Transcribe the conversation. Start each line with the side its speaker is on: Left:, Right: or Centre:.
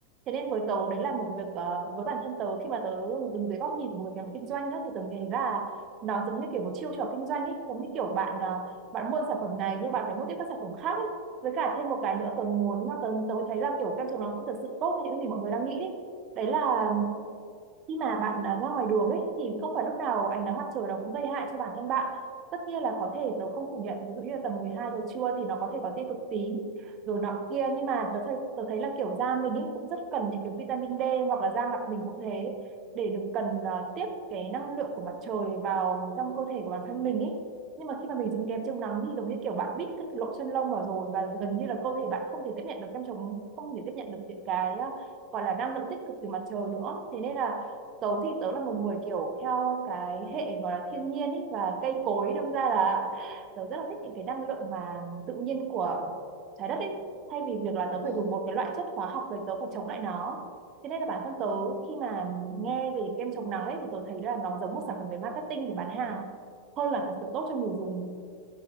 Right: thế nên với tớ đấy là một việc ờ, với bản thân tớ khi mà tớ đứng dưới góc nhìn của một người làm kinh doanh đó, thì tớ nghĩ là nó giống như kiểu một chiêu trò kinh doanh ấy giống như kiểu bạn ờ, bạn mua sản phẩm này nhưng bạn phải mua tiếp các sản phẩm khác ấy với cả thêm một cái nữa tớ muốn mà tớ tớ thấy là kiểu kem chống nắng không thật sự tốt như những gì mọi người đang nghĩ ấy. đấy là
Left: Ừ.
Right: khi mà bạn à, ra ngoài đường ấy thì không phải lúc nào ánh nắng mặt trời nó cũng gây hại cho bản thân bạn tất nhiên là có thể tớ không phủ nhận ví dụ như là tầm 12 giờ trưa thì nó có thể có tia cực tím rồi nọ kia nhưng mà tớ, thấy- tớ thấy là kiểu da mình ấy cũng rất cần những cái vitamin D hoặc là da mặt mình cũng thế để được cần à, tiếp cái năng lượng của mặt trời vào trong cơ thể của bản thân mình ấy nhưng mà khi mà mình dùng kem chống nắng thì giống như kiểu bạn bít các cái lỗ chân lông vào rồi và gần như là cơ thể bạn không thể tiếp nhận được kem chống không thể tiếp nhận được những cái à, gọi là năng lượng tích cực từ mặt trời nữa thế nên là tớ thì tớ là một người kiểu theo cái hệ gọi là thiên nhiên ý và cây cối đâm ra là tớ rất là thích những cái năng lượng mà tự nhiên của trái đất ý thay vì việc là tớ
Left: Ừ.
Right: phải dùng một cái loại chất hóa học rồi tớ phải chống lại nó thế nên là bản thân
Left: Ừ.
Right: tớ khi mà nghe về kem chống nắng ấy thì tớ thấy là nó giống một sản phẩm về marketing để bán hàng hơn là thật sự tốt cho người dùng